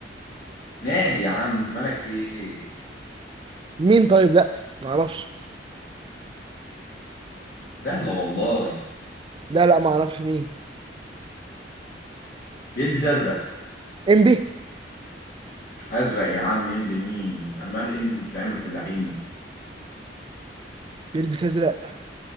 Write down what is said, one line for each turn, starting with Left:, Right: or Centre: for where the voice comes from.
Left: نادي يا عم مالك في إيه؟
Right: مين طيب لا ما اعرفش
Left: سهلة والله
Right: لا لا ما اعرفش مين
Left: بيلبس أزرق
Right: امبي
Left: أزرق يا عم إم بمين عمال إم بزعيم الفلاحين
Right: بيلبس ازرق